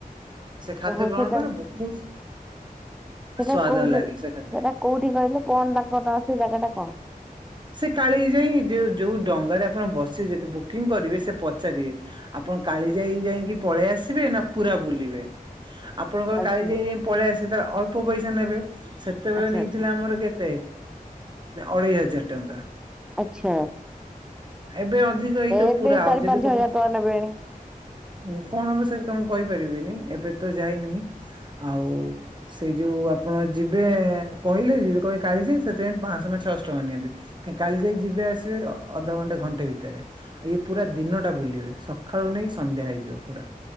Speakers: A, on the right; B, in the centre.
A: ସେ ଖାଦ୍ୟ
B: ଓହୋ
A: ଗ୍ରହଣ
B: ସେଇଟା
A: କରିବ ବହୁତ
B: ସେଇଟା
A: ସ୍ଵାଦ
B: କୋଉ
A: ଲାଗେ
B: ସେଟା
A: ସେ ଖାଦ୍ୟ।
B: କୋଉଠି କହିଲେ କଣ ତାଙ୍କ ନାଁ ସେ ଜାଗା ଟା କଣ?
A: ସେ କାଳିଜାଈ ଯଉ ଯୋଉ ଡଙ୍ଗାରେ ଆପଣ ବସିବେ ଯଦି ବୁକିଂ କରିବେ ସେ ପଚାରିବେ। ଆପଣ କାଳିଜାଈ ଯାଇକି ପଳେଇ ଆସିବେ ନା ପୁରା ବୁଲିବେ? ଆପଣଙ୍କର
B: ଆଚ୍ଛା
A: କାଳିଜାଈ ଯାଇକି ପଳେଇ ଆସିବେ ତାହାଲେ ଅଳ୍ପ ପଇସା ନେବେ। ସେତେବେଳେ
B: ଆଚ୍ଛା
A: ନେଇଥିଲେ
B: ଆଚ୍ଛା।
A: ଆମର କେ ତେ ଅଢ଼େଇ ହଜାର ଟଙ୍କା।
B: ଆଛା।
A: ଏବେ ଅଧିକ ଏଇତ
B: ଏବେ
A: ପୁରା
B: ଚାରି
A: ଆଉ ଯଦି
B: ପାଞ୍ଚ
A: କବ
B: ହଜାର ଟଙ୍କା ନେବେଣି।
A: ଉଁ କଣ ହବ ସେର କ ମୁଁ କହିପାରିବିନି ଏବେ ତ ଯାଇନି ଆଉ ସେଇ ଯୋଉ ଆପଣ ଯିବେ କହିଲେ ଯି କହିବେ କାଳିଯାଇ ସେଥିପାଇଁ ପାଂ ଶହ ନା ଛଶ୍ ଟଙ୍କା ନିଅନ୍ତି। କଁ କାଳିଜାଇ ଯିବେ ଆସିବେ ଅଧଘଣ୍ଟେ ଘଣ୍ଟେ ଭିତରେ। ଆ ଇଏ ପୁରା ଦିନଟା ବୁଲିବେ ସକାଳୁ ନେଇକି ସନ୍ଧ୍ୟା ହେଇଯିବ ପୁରା।